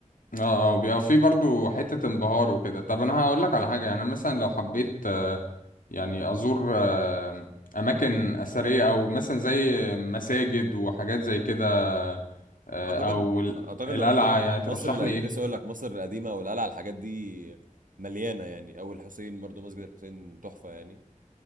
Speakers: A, on the left; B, on the right.
A: اه اه بيبقى في برضو حتة انبهار وكده طب انا هقول لك على حاجة يعني انا مثلا لو حبيت آه، يعني ازور آه، اماكن اثرية او مثلا زي مساجد وحاجات زي كده آه،
B: اعتقد
A: او ال-
B: اعتقد
A: القلعة
B: لو رحت م-
A: يعني
B: مصر
A: ترشح
B: الق-
A: لي ايه
B: كنت لسه اقول لك مصر القديمه او القلعه الحاجات دي مليانه يعني او الحسين برضو مسجد الحسين تحفه يعني